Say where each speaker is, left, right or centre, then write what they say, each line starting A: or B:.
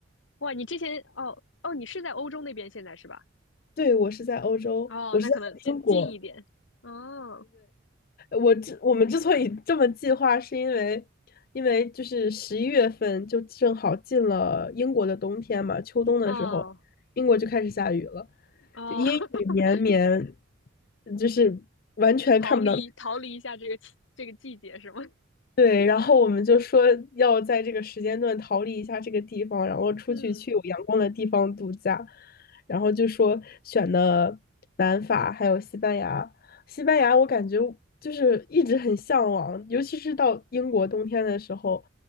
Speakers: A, on the left (about 70°); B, on the left (about 45°).
A: 哇，你之前哦哦，你是在欧洲那边现在是吧？
B: 对，我是在欧洲，
A: 哦，
B: 我是在英国。
A: 那可能近近一点。哦
B: 我之我们之所以这么计划，是因为因为就是十一月份就正好进了英国的冬天嘛，秋冬的时候，
A: 哦
B: 英国就开始下雨了。
A: 哦，
B: 就阴雨绵绵，
A: <laughs>
B: 就是完全看不到。
A: 逃离逃离一下这个季这个季节是吗？
B: 对，然后我们就说要在这个时间段逃离一下这个地方，然后出去去有阳光的地方度假，
A: 嗯，
B: 然后就说选的南法还有西班牙。西班牙我感觉就是一直很向往，尤其是到英国冬天的时候，